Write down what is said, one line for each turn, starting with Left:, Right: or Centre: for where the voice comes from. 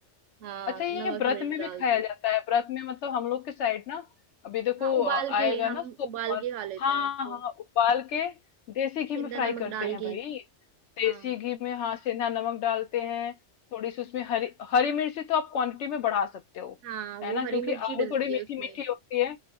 Right: हाँ
Left: अच्छा ये
Right: नमक
Left: व्रत
Right: मिर्च
Left: में
Right: डालती
Left: भी खाया
Right: हूँ
Left: जाता है व्रत में मतलब हम लोग के साइड ना अभी देखो
Right: हाँ उबाल
Left: अ,
Right: के
Left: आएगा
Right: हम
Left: ना सोमवार
Right: उबाल के खा लेते
Left: हाँ
Right: हैं उसको
Left: हाँ उबाल के देसी घी
Right: सेंधा
Left: में फ्राई
Right: नमक
Left: करते
Right: डाल
Left: हैं
Right: के
Left: भाई देसी
Right: हाँ
Left: घी में हाँ सेंधा नमक डालते हैं थोड़ी सी उसमें हरी हरी मिर्ची तो आप क्वांटिटी में बढ़ा सकते हो
Right: हाँ वो
Left: है ना
Right: हरी
Left: क्योंकि
Right: मिर्ची
Left: आलू
Right: डलती
Left: थोड़ी
Right: है
Left: मीठी
Right: उसमें
Left: मीठी होती है